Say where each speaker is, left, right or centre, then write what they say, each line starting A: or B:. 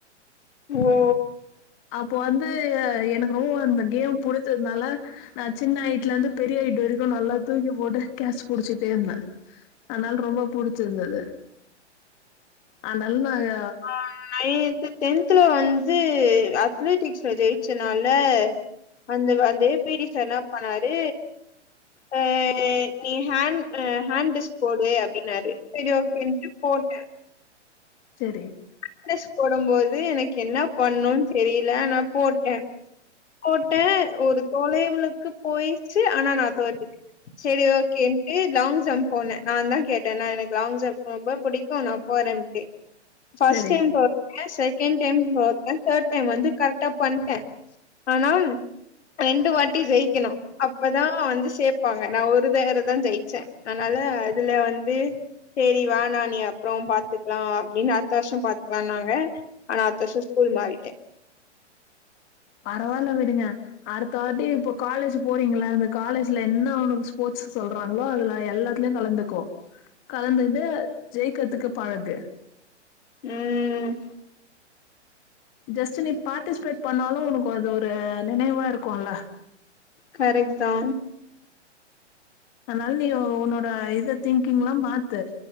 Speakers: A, on the left; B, on the left.
A: ஓ
B: அப்போ வந்து எனக்கு ரொம்ப இந்த கேம் புடிச்சதுனால நா சின்ன ஐட்ல இருந்து பெரிய ஐட்டு் வரைக்கு நல்லா தூக்கி போட்டு கேட்சு புடிச்சுட்டே இருந்தே அதனால ரொம்ப புடிச்சிருந்தது அதனால நாங்க
A: ஆ நைன்த்து டென்த்துல வந் து அத்லெட்டிக்ஸ்ல ஜெயிச்சனால வந்து அந்த அந்தே பி டி சார் என்ன பண்ணாரு ஆ ஆ நீ ஹண்ட் போடு அப்டினாரு சரிய என்று போட்ட
B: செரி
A: <unintelligible> போடும் போது எனக்கு என்ன பண்ணுன் தெரியல ஆனா போட்ட போட்டே ஒரு தொலைவுலக்கு போயிச்சு ஆனா நா தோத்துட்ட சரி ஓகேன்ட்டு லாங் ஜம்ப் போன நாந்தா கேட்ட நா எனக்கு லாங் ஜம்ப் ரொம்ப புடிக்கு நா போறன்ட்டு ஃபஸ்ட்
B: சரி.
A: டைம் போ <inaudible> செக் கேண்ட் டைம் தோத்த தேர்ட் டைம் வந்து கரெக்டா பண்ட்டே ஆனா ரண்டு வாட்டி ஜெயிக்கணு அப்பதா வந்து சேப்பாங்க நா ஒரு தடவதா ஜெயிச்சே அனால இதுல வந்து சரி வாணா நீ அப்புறொ பாத்துக்கலா அப்டின்னு அடுத்த வருஷம் பாத்துக்கலானாங்க ஆனா அடுத்த வருஷொ ஸ்கூல் மாறிட்டே
B: பரவால்ல விடுங்க அடுத்த வாட்டி இப்ப காலேஜ் போறீங்களா அந்த காலேஜ்ல என்ன ஒன்க்கு ஸ்போர்ட்ஸ் சொல்றாங்களோ அதுல எல்லாத்துலயு கலந்துக்கோ கலந்துகிட்டு ஜெயிக்கறதுக்கு பழகு
A: உம்
B: ஜஸ்ட் நீ பார்ட்டிசிபேட் பண்ணாலு உனக்கு அது ஒரு நினைவா இருக்குல்ல
A: கரெக்ட்தா
B: அதனால நீ ஒ ஒன்னோட இத திங்கிங்லா மாத்து